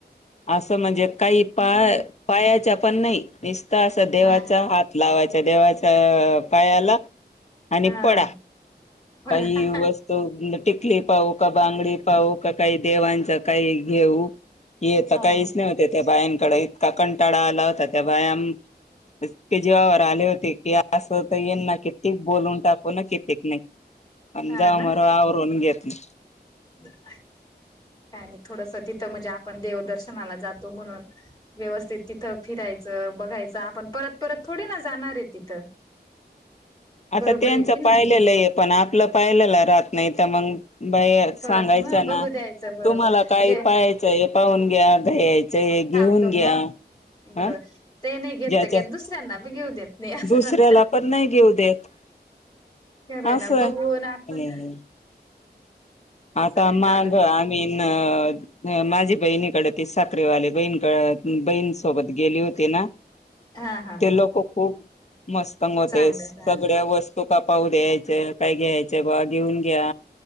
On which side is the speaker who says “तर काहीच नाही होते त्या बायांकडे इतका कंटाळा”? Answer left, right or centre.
Left